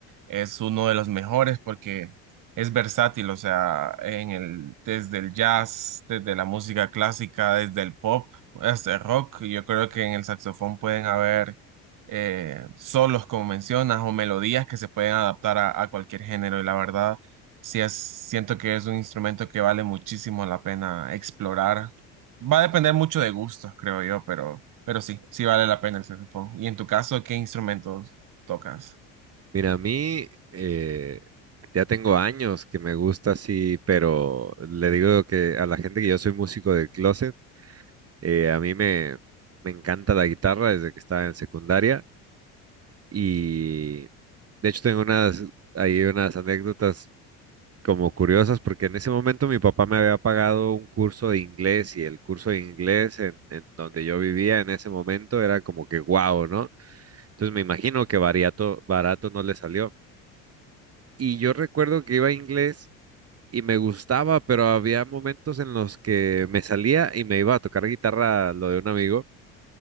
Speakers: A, on the right; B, on the right.
A: es uno de los mejores porque es versátil, o sea, en el, desde el jazz, desde la música clásica, desde el pop, hasta el rock. Yo creo que en el saxofón pueden haber eh, solos, como mencionas, o melodías que se pueden adaptar a, a cualquier género. Y la verdad, sí es, siento que es un instrumento que vale muchísimo la pena explorar. Va a depender mucho de gustos, creo yo, pero, pero sí, sí vale la pena el saxofón. Y en tu caso, ¿qué instrumentos tocas?
B: Mira, a mí eh, ya tengo años que me gusta así, pero le digo que a la gente que yo soy músico del closet, eh, a mí me, me encanta la guitarra desde que estaba en secundaria y de hecho tengo unas, hay unas anécdotas como curiosas, porque en ese momento mi papá me había pagado un curso de inglés y el curso de inglés en, en donde yo vivía en ese momento era como que guau, ¿no? Entonces me imagino que barato, barato no le salió. Y yo recuerdo que iba a inglés y me gustaba, pero había momentos en los que me salía y me iba a tocar guitarra lo de un amigo.